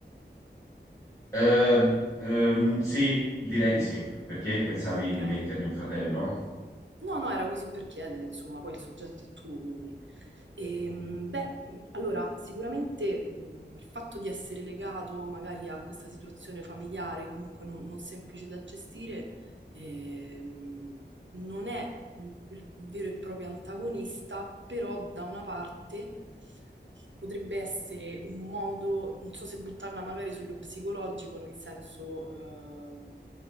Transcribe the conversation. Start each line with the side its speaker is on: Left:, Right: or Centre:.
Left: Eh, ehm, sì, direi di sì. Perché pensavi
Right: Ok.
Left: di mettergli un fratello?
Right: No, no, era così per chiedere, insomma, poi il soggetto è tuo, quindi. Ehm, beh, allora, sicuramente mh, il fatto di essere legato magari a questa situazione familiare, comunque non, non semplice da gestire, ehm, non è il, il vero e proprio antagonista, però da una parte potrebbe essere un modo, non so se buttarla magari sullo psicologico, nel senso, ehm,